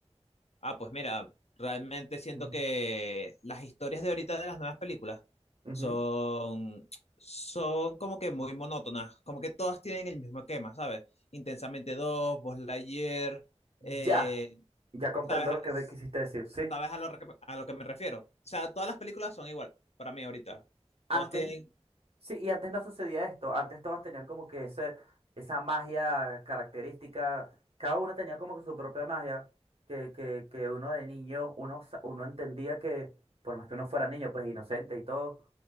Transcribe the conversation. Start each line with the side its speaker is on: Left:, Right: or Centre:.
Left: Ah, pues mira, realmente siento
Right: Mm.
Left: que las historias de ahorita de las nuevas películas
Right: Ujú.
Left: son, son como que muy monótonas, como que todas tienen el mismo esquema, ¿sabes? Intensamente dos Buzz Lightyear,
Right: Ya,
Left: eh,
Right: ya comprendo
Left: ¿sabes?
Right: lo que me quisiste decir. Sí,
Left: ¿Sabes a lo, que- a lo que me refiero? O sea, todas las películas son igual para mí ahorita.
Right: antes,
Left: Todas tienen...
Right: Sí, y antes no sucedía esto. Antes todas tenían como que ese, esa magia característica. Cada una tenía como que su propia magia. Que, que, que uno de niño, uno, sa- uno entendía que, por más que uno fuera niño, pues inocente y todo,